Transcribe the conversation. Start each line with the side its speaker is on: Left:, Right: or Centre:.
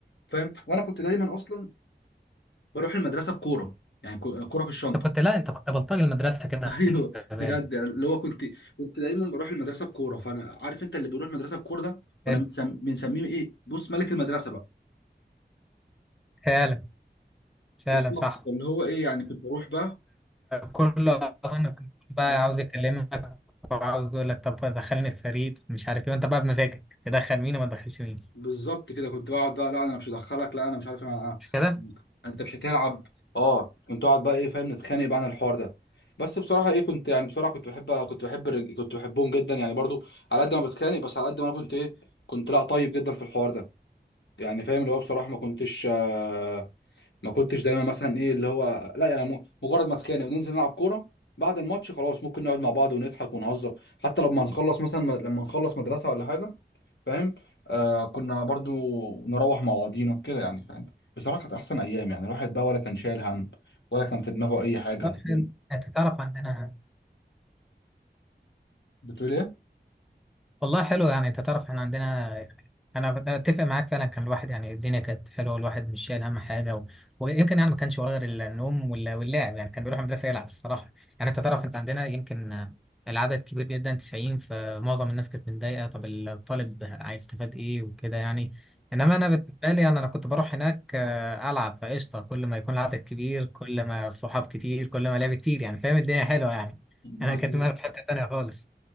Left: فاهم وانا كنت دايما اصلا بروح المدرسه بكوره يعني كو- كوره في الشنطه
Centre: انت كنت لا انت كنت بلطجي المدرسه كده
Left: <laughs> ايوه
Centre: خلي بالك
Left: بجد يعني اللي هو كنت كنت دايما بروح المدرسه بكوره فانا عارف انت اللي بيروح المدرسه بكوره ده كنا
Centre: حلو.
Left: بنسم- بنسميه ايه بص ملك المدرسه بقى
Centre: فعلا فعلا
Left: بالظبط
Centre: صح
Left: اللي هو ايه يعني كنت بروح بقى
Centre: كل أظن كنت بقى عاوز يكلمك وعاوز يقول لك طب دخلني الفريق مش عارف ايه وانت بقى بمزاجك تدخل مين وما تدخلش مين
Left: بالظبط كده كنت بقعد بقى لا انا مش هدخلك لا انا مش عارف انا
Centre: مش كده؟
Left: انت مش هتلعب اه كنت اقعد بقى ايه فاهم نتخانق بقى عن الحوار ده بس بصراحه ايه كنت يعني بصراحه كنت بحب كنت بحب الرج- كنت بحبهم جدا يعني برضو على قد ما بتخانق بس على قد ما انا كنت ايه كنت لا طيب جدا في الحوار ده يعني فاهم اللي هو بصراحه ما كنتش آه، ما كنتش دايما مثلا ايه اللي هو لا يعني م- مجرد ما اتخانق وننزل نلعب كوره بعد الماتش خلاص ممكن نقعد مع بعض ونضحك ونهزر حتى لما نخلص مثلا لما نخلص مدرسه ولا حاجه فاهم آه كنا برضو نروح مع بعضينا كده يعني فاهم بصراحة كانت أحسن أيام يعني الواحد بقى ولا كان شايل هم ولا كان في دماغه أي حاجة
Centre: طب
Left: بن-
Centre: حلو انت تعرف عندنا
Left: بتقول إيه؟
Centre: والله حلو يعني انت تعرف احنا عندنا يعني انا اتفق معاك فعلا كان الواحد يعني الدنيا كانت حلوه والواحد مش شايل هم حاجه و... ويمكن يعني ما كانش وراه غير النوم وال- واللعب يعني كان بيروح المدرسه يلعب الصراحه يعني انت تعرف انت عندنا يمكن آه، العدد كبير جدا 90 فمعظم الناس كانت متضايقه طب الطالب هيستفاد ايه وكده يعني انما انا بالنسبه لي يعني انا كنت بروح هناك آه، العب فقشطه كل ما يكون العدد كبير كل ما الصحاب كتير كل ما لعب كتير يعني فاهم الدنيا حلوه يعني
Left: ايوه
Centre: انا كنت في حته تانيه خالص